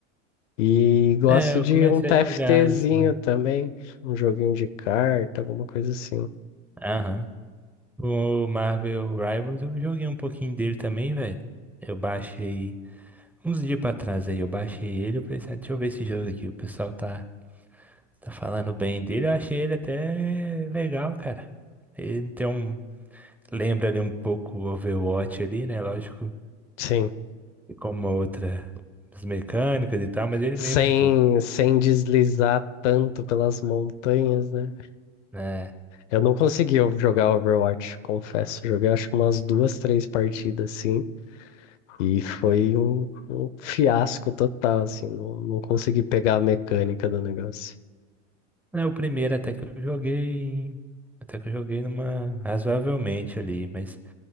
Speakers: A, on the left; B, in the centre.
A: E gosto
B: É, eu
A: de
B: comecei
A: um TFTzinho
B: a jogar isso, mano.
A: também, um joguinho de carta, alguma coisa assim.
B: Aham. O Marvel Rivals, eu joguei um pouquinho dele também, velho. Eu baixei uns dias pra trás aí, eu baixei ele, eu pensei, ah, deixa eu ver esse jogo aqui, o pessoal tá, tá falando bem dele, eu achei ele até legal, cara. Ele tem um, lembra ali um pouco o Overwatch ali, né? Lógico
A: Sim.
B: e com uma outra as mecânicas e tal, mas ele
A: sem,
B: lembra um pouco.
A: sem deslizar tanto pelas montanhas, né?
B: É,
A: Eu não consegui eu jogar Overwatch, confesso. Joguei acho que umas duas, três partidas, assim, e foi um, um fiasco total, assim. Não, não consegui pegar a mecânica do negócio.
B: é o primeiro até que eu joguei, até que eu joguei numa razoavelmente ali, mas